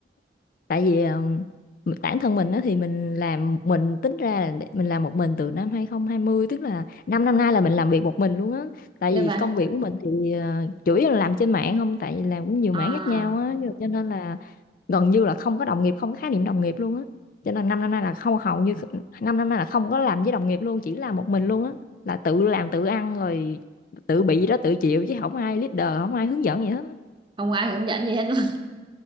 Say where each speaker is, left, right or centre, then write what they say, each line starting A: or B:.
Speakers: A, on the left (about 50°); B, on the right (about 25°).
A: tại vì ừm, bản thân mình á thì mình làm mình tính ra là để- mình làm một mình từ năm 2020 tức là 5 năm nay là mình làm việc một mình luôn á tại
B: như
A: vì
B: vậy
A: công việc của mình thì ờ, chủ yếu là làm trên mạng không tại vì làm cũng nhiều
B: à,
A: mảng khác nhau á rồi cho nên là gần như là không có đồng nghiệp không có khái niệm đồng nghiệp luôn á cho nên 5 năm nay là không hầu như 5 năm nay là không có làm với đồng nghiệp luôn chỉ làm một mình luôn á là tự làm tự ăn rồi tự bị gì đó tự chịu chứ không ai leader không ai hướng dẫn gì hết á
B: không có ai hướng dẫn gì hết luôn